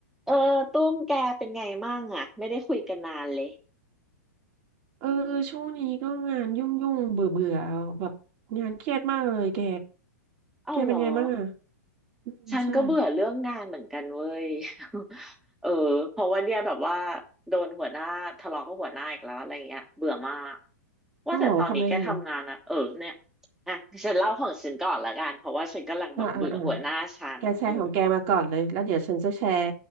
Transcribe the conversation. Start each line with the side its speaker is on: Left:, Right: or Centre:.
Centre: เออตุ้มแกเป็นไงมั่งอ่ะไม่ได้คุยกันนานเลย
Right: เออช่วงนี้ก็งานยุ่งยุ่งเบื่อเบื่อแบบงานเครียดมากเลยแก
Centre: เอ้าเหรอ
Right: แกเป็นไงบ้างอ่ะอืมใช่
Centre: ฉันก็เบื่อเรื่องงานเหมือนกันเว้ย <laughs> เออเพราะว่าเนี่ยแบบว่าโดนหัวหน้าทะเลาะกับหัวหน้าอีกแล้วอะไรเงี้ยเบื่อมาก
Right: เอ้าเหรอทำไมอ่ะ
Centre: ว่าแต่ตอนนี้แกทำงานอะเออเนี่ยอ่ะฉันเล่าของฉันก่อนละกันเพราะว่าฉันกำลังแบบเบื่อหัวหน้าฉันเออ
Right: อ่าอ่าอ่าแกแชร์ของแกมาก่อนเลยแล้วเดี๋ยวฉันจะแชร์